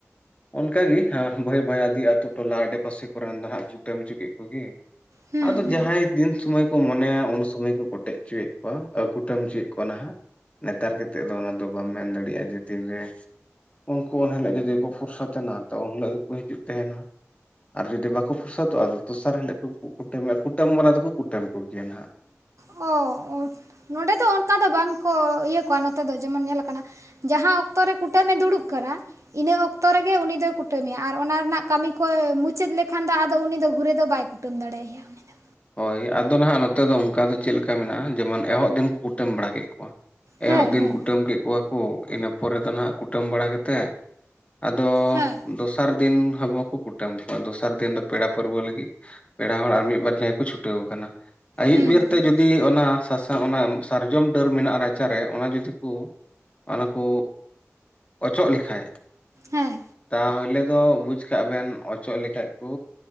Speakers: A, on the left; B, on the right.
A: ᱚᱱᱠᱟ ᱜᱮ ᱵᱷᱟᱹᱭ ᱵᱷᱟᱭᱦᱟᱫ ᱟᱹᱛᱩ ᱴᱚᱞᱟ ᱟᱰᱮ ᱯᱟᱥᱮ ᱠᱚᱨᱮᱱ ᱫᱚ ᱦᱟᱸᱜ ᱵᱩᱴᱟᱹᱢ ᱪᱚ ᱠᱮᱫ ᱠᱚᱜᱮ
B: ᱦᱩᱸ
A: ᱟᱫᱚ
B: ᱦᱩᱸ
A: ᱡᱟᱦᱟᱸᱭ ᱫᱤᱱ ᱥᱚᱢᱚᱭ ᱠᱚ ᱢᱚᱱᱭᱟ ᱩᱱ ᱥᱚᱢᱚᱭ ᱠᱚ ᱠᱚᱴᱮᱡ ᱦᱚᱪᱚᱭᱮᱜ ᱠᱚᱣᱟ ᱟ ᱠᱩᱴᱟᱹᱢ ᱦᱚᱪᱚᱭᱮᱫ ᱠᱚᱣᱟ ᱱᱟᱦᱟᱸᱜ ᱱᱮᱛᱟᱨ ᱠᱟᱛᱮᱫ ᱫᱚ ᱚᱱᱟ ᱫᱚ ᱵᱟᱢ ᱢᱮᱱ ᱫᱟᱲᱮᱭᱟᱜᱼᱟ ᱡᱮ ᱛᱤᱱ ᱨᱮ ᱩᱱᱠᱩ ᱩᱱᱦᱤᱞᱳᱜ ᱡᱩᱫᱤ ᱠᱚ ᱯᱷᱩᱨᱥᱟ ᱛᱟᱦᱮᱱᱟ ᱛᱚ ᱩᱱ ᱦᱤᱞᱳᱜ ᱜᱮᱠᱚ ᱦᱤᱡᱩᱜ ᱛᱮᱦᱮᱱᱟ ᱟᱨ ᱡᱩᱫᱤ ᱵᱟᱠᱚ ᱯᱷᱩᱨᱥᱟᱫᱚᱜᱼᱟ ᱟᱫᱚ ᱫᱚᱥᱟᱨ ᱦᱤᱞᱳᱜ ᱠᱚ ᱠᱩᱴᱟᱹᱢᱮᱜᱼᱟ ᱠᱩᱴᱟᱹᱢ ᱵᱟᱞᱟ ᱫᱚᱠᱚ ᱠᱩᱴᱟᱹᱢ ᱠᱚᱜᱮᱭᱟ ᱦᱟᱸᱜ
B: ᱚ ᱱᱚᱸᱰᱮ ᱫᱚ ᱚᱱᱠᱟ ᱫᱚ ᱵᱟᱝᱠᱚ ᱤᱭᱟᱹ ᱠᱚᱣᱟ ᱱᱚᱛᱮ ᱫᱚ ᱡᱮᱢᱚᱱ ᱧᱮᱞ ᱟᱠᱟᱱᱟ ᱡᱟᱦᱟᱸ ᱚᱠᱛᱚ ᱨᱮ ᱠᱩᱴᱟᱹᱢᱮ ᱫᱩᱲᱩᱵ ᱠᱟᱱᱟ ᱤᱱᱟᱹ ᱚᱠᱛᱚ ᱨᱮᱜᱮ ᱩᱱᱤ ᱫᱚᱭ ᱠᱩᱴᱟᱹᱢᱮᱭᱟ ᱟᱨ ᱚᱱᱟ ᱨᱮᱱᱟᱜ ᱠᱟᱹᱢᱤ ᱠᱚ ᱢᱩᱪᱟᱹᱫ ᱞᱮᱠᱷᱟᱱ ᱫᱚ ᱟᱫᱚ ᱩᱱᱤ ᱜᱷᱩᱨᱮ ᱫᱚ ᱵᱟᱭ ᱠᱩᱴᱟᱹᱢ ᱫᱟᱲᱮᱭᱟᱭᱟ ᱩᱱᱤ ᱫᱚ
A: ᱦᱳᱭ ᱟᱫᱚ ᱱᱟᱦᱟᱜ ᱱᱚᱛᱮ ᱫᱚ ᱚᱝᱠᱟ ᱫᱚ ᱪᱮᱫ ᱞᱮᱠᱟ ᱢᱮᱱᱟᱜᱼᱟ ᱡᱮᱢᱚᱱ ᱮᱦᱚᱵ ᱫᱤᱱ ᱠᱚ ᱠᱩᱴᱟᱹᱢ ᱵᱟᱲᱟ ᱠᱮᱫ ᱠᱚᱣᱟ ᱮᱦᱚᱵ
B: ᱦᱮᱸ
A: ᱫᱤᱱ
B: ᱦᱮᱸ
A: ᱠᱩᱴᱟᱹᱢ ᱠᱮᱫ ᱠᱚᱣᱟ ᱠᱚ ᱤᱱᱟᱹ ᱯᱚᱨᱮ ᱫᱚ ᱱᱟᱜ ᱠᱩᱴᱟᱹᱢ ᱵᱟᱲᱟ ᱠᱟᱛᱮᱫ ᱟᱫᱚ
B: ᱦᱮᱸ ᱦᱮᱸ
A: ᱫᱚᱥᱟᱨ ᱫᱤᱱ ᱦᱚᱸ ᱵᱟᱠᱚ ᱠᱩᱴᱟᱹᱢ ᱠᱚᱜᱣᱟ, ᱫᱚᱥᱟᱨ ᱫᱤᱱ ᱫᱚ ᱯᱮᱲᱟ ᱯᱟᱹᱨᱣᱟᱹ ᱞᱟᱹᱜᱤᱫ ᱯᱮᱲᱟ ᱦᱚᱲ ᱟᱨ ᱢᱤᱫᱵᱟᱨ ᱡᱟᱦᱟᱸᱭ ᱠᱚ ᱪᱷᱩᱴᱟᱹᱣ ᱠᱟᱱᱟ ᱟᱹᱭᱩᱵ
B: ᱦᱩᱸ
A: ᱵᱮᱨᱛᱮ
B: ᱦᱩᱸ
A: ᱡᱩᱫᱤ ᱚᱱᱟ ᱥᱟᱥ ᱦᱮᱸ, ᱚᱱᱟ ᱥᱟᱨᱡᱚᱢ ᱰᱟᱹᱨ ᱢᱮᱱᱟᱜᱼᱟ ᱨᱟᱪᱟᱨᱮ ᱚᱱᱟ ᱡᱩᱫᱤ ᱠᱩ, ᱚᱱᱟ ᱠᱩ ᱚᱪᱚᱜ ᱞᱮᱠᱷᱟᱡ
B: ᱦᱮᱸ
A: ᱛᱟᱦᱞᱮ ᱫᱚ ᱵᱩᱡᱽ ᱠᱟᱜ ᱵᱮᱱ ᱚᱪᱚᱜ ᱞᱮᱠᱷᱟᱡ ᱠᱩ